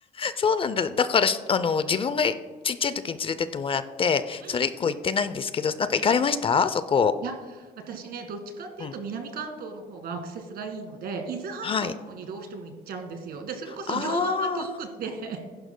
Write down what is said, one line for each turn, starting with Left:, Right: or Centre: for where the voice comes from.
Left: そうなんだ。だからし、あの、自分がちっちゃい時に連れてってもらって、
Right: うん。
Left: それ以降行ってないんですけど、なんか行かれましたそこ。
Right: うんうん。いや、私ね、どっちかっていうと南関東の方がアクセスがいいので、
Left: うん。
Right: 伊豆半島の方にどうしても行っちゃうんですよ。
Left: はい。
Right: で、それこそ常磐は遠くって
Left: ああ、
Right: <laughs>